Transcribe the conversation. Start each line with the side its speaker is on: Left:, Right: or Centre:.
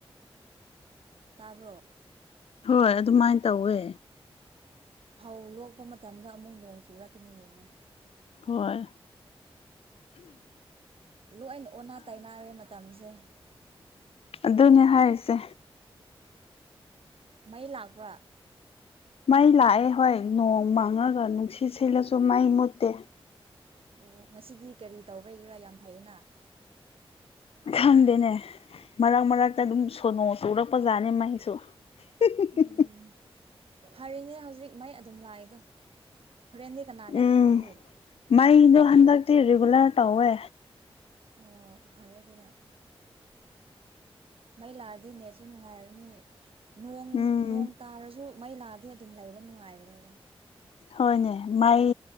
Right: ꯇꯥꯕ꯭ꯔꯣ
Left: ꯍꯣꯏ ꯑꯗꯨꯃꯥꯏꯟ ꯇꯧꯋꯦ
Right: ꯐꯧ ꯂꯣꯛꯄ ꯃꯇꯝꯗ ꯑꯃꯨꯛ ꯅꯣꯡ ꯆꯨꯔꯛꯀꯅꯤ ꯌꯦꯡꯉꯨ
Left: ꯍꯣꯏ
Right: ꯂꯣꯏꯅ ꯑꯣꯟꯅ ꯇꯩꯅꯔꯦ ꯃꯇꯝꯁꯦ
Left: ꯑꯗꯨꯅꯦ ꯍꯥꯏꯔꯤꯁꯦ
Right: ꯃꯩ ꯂꯥꯛꯄ꯭ꯔꯥ
Left: ꯃꯩ ꯂꯥꯛꯑꯦ ꯍꯣꯏ ꯅꯣꯡ ꯃꯪꯉꯒ ꯅꯨꯡꯁꯤꯠ ꯁꯤꯠꯂꯁꯨ ꯃꯩ ꯃꯨꯠꯇꯦ
Right: ꯑꯣ ꯉꯁꯤꯗꯤ ꯀꯔꯤ ꯇꯧꯕꯩꯒꯤꯔꯥ ꯌꯥꯝ ꯐꯩꯌꯦꯅꯥ
Left: ꯈꯪꯗꯦꯅꯦ ꯃꯔꯛ ꯃꯔꯛꯇ ꯑꯗꯨꯝ ꯁꯣꯅꯣ ꯆꯨꯔꯛꯄ ꯖꯥꯠꯅꯤ ꯃꯩꯁꯨ <unintelligible>
Right: ꯎꯝ ꯐꯔꯤꯅꯦ ꯍꯧꯖꯤꯛ ꯃꯩ ꯑꯗꯨꯝ ꯂꯥꯛꯏꯗꯣ ꯍꯣꯔꯦꯟꯗꯤ ꯀꯅꯥꯅ
Left: ꯎꯝ
Right: ꯈꯪꯒꯅꯤ
Left: ꯃꯩꯗꯣ ꯍꯟꯗꯛꯇꯤ ꯔꯤꯒꯨꯂꯔ ꯇꯧꯋꯦ
Right: ꯑꯣ ꯐꯔꯦ ꯑꯗꯨꯅ ꯃꯩ ꯂꯥꯛꯑꯗꯤ ꯅꯦꯠꯁꯨ ꯅꯨꯡꯉꯥꯏꯔꯅꯤ ꯅꯣꯡ
Left: ꯎꯝ
Right: ꯅꯣꯡ ꯇꯥꯔꯁꯨ ꯃꯩ ꯂꯥꯛꯑꯗꯤ ꯑꯗꯨꯝ ꯂꯩꯕ ꯅꯨꯡꯉꯥꯏꯕꯅꯦꯗꯥ
Left: ꯍꯣꯏꯅꯦ ꯃꯩ